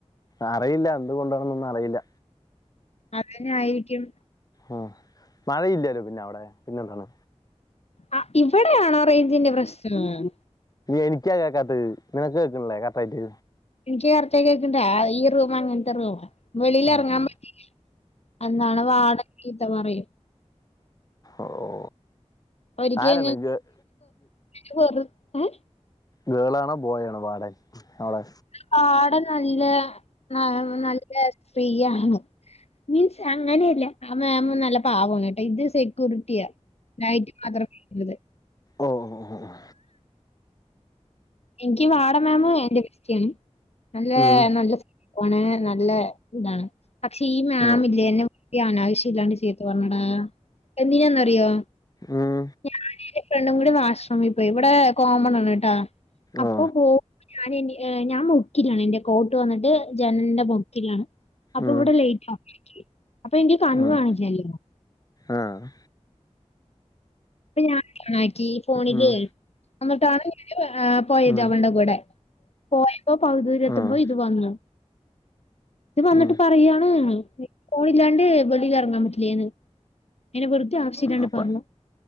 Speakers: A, on the left; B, on the left.
A: അറിയില്ല എന്തുകൊണ്ടാണന്നൊന്നും അറിയില്ല
B: അതന്നെ ആയിരിക്കും
A: ആ മഴയില്ലല്ലോ പിന്നെ അവിടെ പിന്നെ എന്താണ്
B: ആ ഇവിടെയാണോ റേഞ്ചിന്റെ പ്രശ്നം
A: എനിക്കാ കേക്കാത്തത് നിനക്ക് കേക്കണല്ലേ കർക്ടയിട്ട്
B: എനിക്ക് ചേർത്തക്ക കേക്കണ്ട ഈ റൂം അങ്ങനത്തെ റൂം വെളിൽഇറങ്ങാൻ
A: ആഹ്
B: പറ്റല്ല അന്നാണ് വാർഡൻ ചീത്ത പറയും
A: ഓഓ
B: ഒരിക്കെ
A: ആരാണ് നിങ്ങക്ക്
B: <unintelligible>
A: ഗേളാണോ ബോയ് ആണോ വാടന് അവിടെ
B: വാടാൻ നല്ല ന്നാ നല്ല ഫ്രീ ആണ് മീൻസ് അങ്ങനെയല്ല ആഹ് മേമ് നല്ല പാവാണ് കേട്ടോ ഇത് സെ സെകുരുട്ടിയാ നെറ്റ് മാത്രം ഉള്ളത്
A: ഓഹ് ഓഹ് ഓഹ്
B: എനിക്ക് വാട മാേമ് എന്റെ ബെസ്റ്റി ആണ് നല്ല
A: ഉം
B: നല്ല പോണെ നല്ല ഇതാണ് പക്ഷെ ഈ മാമില്ലേ
A: ഓ
B: എന്നെ അനാവശ്യം ഇല്ലാണ്ട് ചീത്ത പറഞ്ഞടാ എന്തിനാന്നറിയോ
A: ഉം
B: ഞാനും എന്റെ ഫ്രണ്ടും കൂടി വാഷ്‌റൂമി പോയി ഇവിടെ കോമണാണ് ട്ടോ അപ്പൊ
A: ഓ
B: പോകുമ്പോ ഞൻ ഞാൻ മുക്കിലാണ് എൻന്റെ കോട്ട് വന്നിട്ട് ജനന്റെ മുക്കിലാണ് അപ്പൊ
A: ഉം
B: ഇവിടെ ലേറ്റ് പോയികി അപ്പൊ എനിക്ക് കണ്ണ്
A: ഉം
B: കാണിലല്ലോ
A: ആഹ്
B: അപ്പൊ ഞാൻ ഓണാക്കി ഫോണില്
A: ഉം
B: എന്നിട്ടാണ് ഞൻ പോയത്
A: ഉം
B: അവളുടെ കൂടെ പോയപ്പോ പകുതി ദൂരെത്തുമ്പോ
A: ആഹ്
B: ഇത് വന്നു ഇത് വന്നിട്ട്
A: ഉം
B: പറയാണ് ഫോണില്ലാണ്ട് വെളിയിൽ ഇറങ്ങാൻ പറ്റില്ലേന്ന് അയ്ന്നെ വെറുതെ ആവശ്യല്ലാണ്ട്
A: അപ്പ
B: പറഞ്ഞു